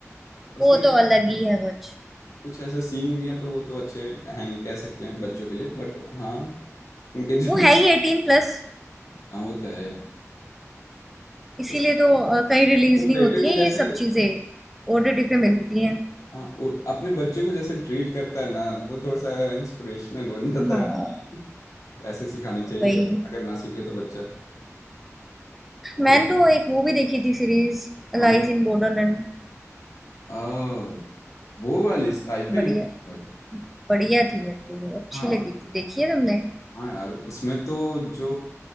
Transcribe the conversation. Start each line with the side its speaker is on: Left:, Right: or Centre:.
Left: उसके
Centre: वो
Left: ऐसे-
Centre: तो अलग ही है कुछ
Left: कुछ ऐसे सीन भी हैं तो वो तो अच्छे हैं नहीं कह सकते हैं बच्चों के लिए बट हाँ इनके जो
Centre: वो है
Left: <laughs>
Centre: ही एटीन प्लस
Left: हाँ वो तो है यार
Centre: इसीलिए
Left: उस
Centre: तो अ, कहीं रिलीज
Left: वो
Centre: नहीं
Left: बेटे
Centre: होती
Left: को
Centre: है
Left: जैसे
Centre: ये सब चीजें ओटीटी पे मिलती हैं
Left: हाँ वो अपने बच्चे को जैसे ट्रीट करता है ना वो थोड़ा सा इंस्पिरेशनल बन जाता
Centre: हाँ
Left: है ऐसे सिखाने चाहिए
Centre: वही
Left: अगर ना सीखे तो बच्चा
Centre: मैंने
Left: कोई-
Centre: तो एक वो भी देखी थी सीरीज Lyase
Left: कौन
Centre: in Borderland
Left: आ, वो वाली साइफाई
Centre: बढ़िया
Left: मूवी
Centre: बढ़िया थी मेरे को वो, अच्छी
Left: हाँ
Centre: लगी थी देखी है तुमने
Left: हाँ यार उसमें तो जो